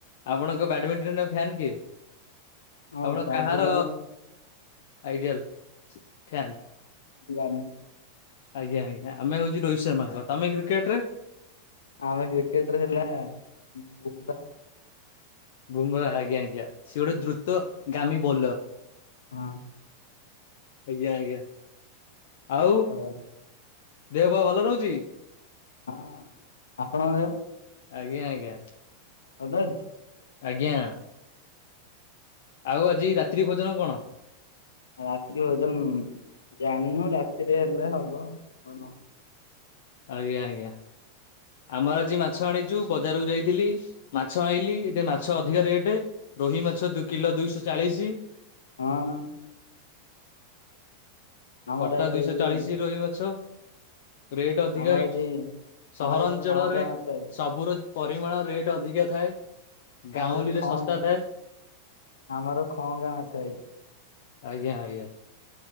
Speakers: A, on the left; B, on the left.
A: ଆପଣଙ୍କ ବ୍ୟାଡମିଣ୍ଟନ ଫ୍ୟନ୍ କିଏ।
B: ହଁ
A: ଆପଣ
B: ବ୍ୟାଡମିଣ୍ଟନ
A: କାହାର ଆଇଡିଆଲ ଫ୍ୟାନ୍
B: ଜାନ <unintelligible>
A: ଆଜ୍ଞା ଆଜ୍ଞା ଆମେ ହଉଛି ରୋହିତ ଶର୍ମା ହେ ତମେ କ୍ରିକେଟରେ
B: ଆମେ କ୍ରିକେଟର ହେଲା ବୁମ୍ରା।
A: ବୁମରା ଆଜ୍ଞା ଆଜ୍ଞା ସିଏ ଗୋଟେ ଦ୍ରୁତ ଗାମୀ ବୋଲର୍।
B: ହଁ।
A: ଆଜ୍ଞା ଆଜ୍ଞା ଆଉ
B: ହଁ।
A: ଦେହ ପା ଭଲ ରହୁଛି।
B: ହଁ ଆପଣଙ୍କ ଦେହ।
A: ଆଜ୍ଞା ଆଜ୍ଞା।
B: ଆଦାଞ୍ଚ <unintelligible>
A: ଆଜ୍ଞା। ଆଉ ଆଜି ରାତ୍ରି ଭୋଜନ କଣ?
B: ରାତ୍ରି ଓଜନ ଜାଣିନୁ ରାତିରେ ହେଲେ ହବ କଣ।
A: ଆଜ୍ଞା ଆଜ୍ଞା। ଆମର ଆଜି ମାଛ ଆଣିଛୁ ବଜାରକୁ ଯାଇଥିଲି ମାଛ ଆଣିଲି ଏ ମାଛ ଅଧିକା ରେଟ୍ ରୋହି ମାଛ କିଲୋ ଦୁଇଶହ ଚାଳିଶ
B: ହଁ। ଆମର
A: କଟା
B: ଆଜି
A: ଦୁଇଶହ
B: ଆଜି
A: ଚାଳିଶ ରୋହି ମାଛ। ରେଟ୍ ଅଧିକା
B: ଆମର
A: ଏଇଠି
B: ଆଜି
A: ସହରାଞ୍ଚଳରେ
B: ଆମର ଆଜି ଖଅଙ୍ଗା ମାଛ ହେଇଛି।
A: ସବୁର ପରିମାଣ ରେଟ୍ ଅଧିକା ଥାଏ। ଗାଉଁଲିରେ
B: ଆମର ଏ ଖଙ୍ଗା
A: ଶସ୍ତା ଥାଏ
B: <inaudible> ଆମର ଖଙ୍ଗା ମାଛ ହେଇଛି।
A: ଆଜ୍ଞା ଆଜ୍ଞା।